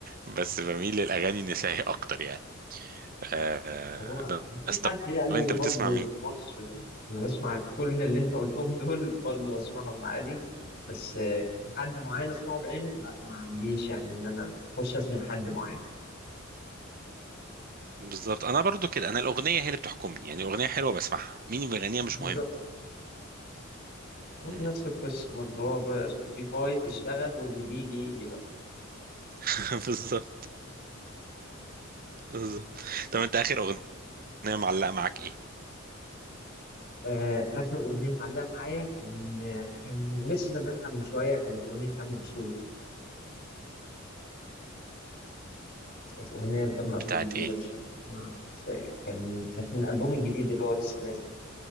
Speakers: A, on the right; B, on the left.
A: بس بميل للاغاني النسائيه اكتر يعني آه
B: هو
A: آه،
B: مفيش
A: بس
B: حد
A: طب
B: يعني
A: انت
B: برضه
A: بتسمع مين؟
B: في مصر أنا بسمع كل اللي أنت قلتهم دول برضه بسمعهم عادي بس آه، حد معين أسمعه بعينه لا ما عنديش يعني إن أنا أخش أسمع حد معين
A: بالظبط انا برضو كده انا الاغنيه هي اللي بتحكمني يعني الاغنيه حلوه بسمعها مين اللي بيغنيها مش
B: بالظبط
A: مهم
B: هو
A: مم.
B: نفس القصة برضه هو بقى سبوتيفاي بيشتغل واللي بيجي يجي
A: <laughs> بالظبط
B: بقى
A: بالظبط طب انت اخر اغنيه معلقه معاك ايه
B: آه، آخر أغنية معلقة معايا كان آه، كان لسه سامعها من شوية كانت أغنية تامر عاشور كانت أغنية لتامر عاشور
A: بتاعت
B: جديدة
A: ايه
B: مش فاكر اسمها بس آه، كان كانت من الألبوم الجديد اللي هو لسه نازل